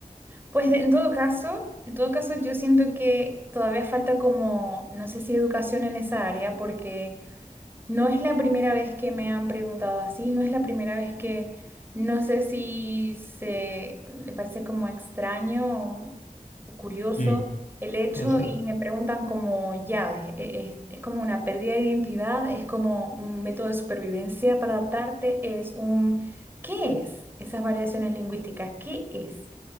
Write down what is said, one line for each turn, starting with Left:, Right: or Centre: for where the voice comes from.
Right: Pues de- en todo caso, en todo caso yo siento que todavía falta como, no sé si educación en esa área, porque no es la primera vez que me han preguntado así, no es la primera vez que, no sé si se le parece como extraño o, o curioso
Left: Mm,
Right: el hecho
Left: puede ser.
Right: y me preguntan como, ya, es, es- es como una pérdida de identidad, es como un método de supervivencia para adaptarte, es un, ¿qué es? Esas variaciones lingüísticas, ¿qué es?